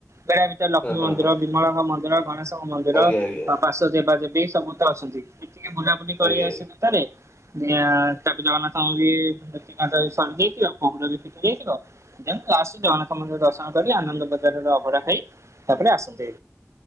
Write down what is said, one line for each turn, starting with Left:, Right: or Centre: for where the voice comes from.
Right: ବେଢ଼ା ଭିତରେ ଲକ୍ଷ୍ମୀ
Left: ହଁ ହଁ
Right: ମନ୍ଦିର,
Left: ହଁ
Right: ବିମଳାଙ୍କ ମନ୍ଦିର, ଗଣେଶଙ୍କ ମ ମନ୍ଦିର
Left: ଆଜ୍ଞା ଆଜ୍ଞା
Right: ପାଶ୍ଵ ଦେବା ଦେବି ସମସ୍ତେ ଅଛନ୍ତି ଟିକେ ବୁଲାବୁଲି କରି
Left: ଆଜ୍ଞା
Right: ଆସିବେ
Left: ଆଜ୍ଞା।
Right: ଭିତରେ <unintelligible> ତାପରେ ଜଗନ୍ନାଥ <unintelligible> <unintelligible> ଜଗନ୍ନାଥ ମନ୍ଦିର ଦର୍ଶନ କରି ଆନନ୍ଦ ବଜାରରେ ଅଭଡ଼ା ଖାଇ ତାପରେ ଆସନ୍ତି।